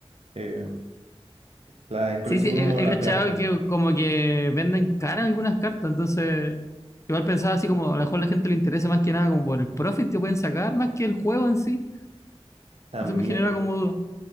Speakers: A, on the right; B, on the left.
A: eh, la, el coleccionismo
B: Sí, sí, he,
A: las
B: he cachado
A: ve harto
B: que como que venden cara algunas cartas, entonces igual pensaba así como a lo mejor la gente le interesa más que nada como por el profit que pueden sacar, más que el juego en sí.
A: también.
B: Eso me genera como duda.